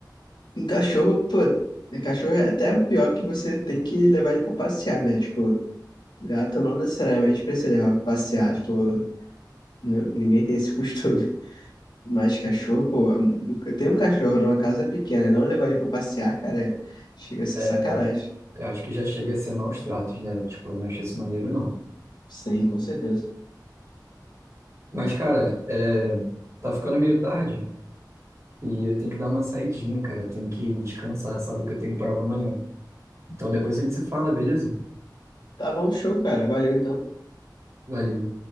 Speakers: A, on the left; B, on the right.
A: Em cachorro, pô, em cachorro é até pior que você tem que levar ele pra passear, né? Tipo, gato não necessariamente precisa levar pra passear, tipo, n- ninguém tem esse <laughs> costume. Mas cachorro, pô, tem um cachorro numa casa pequena, e não levar ele pra passear, cara, é- chega a ser
B: É,
A: sacanagem.
B: Eu acho que já chega a ser maus tratos, né? Tipo, eu não acho isso maneiro, não.
A: Sim, com certeza.
B: Mas, cara, é, tá ficando meio tarde e eu tenho que dar uma saidinha, cara. Eu tenho que descansar, sabe? Que eu tenho prova amanhã. Então depois a gente se fala, beleza?
A: Tá bom, show, cara. Valeu então.
B: Valeu.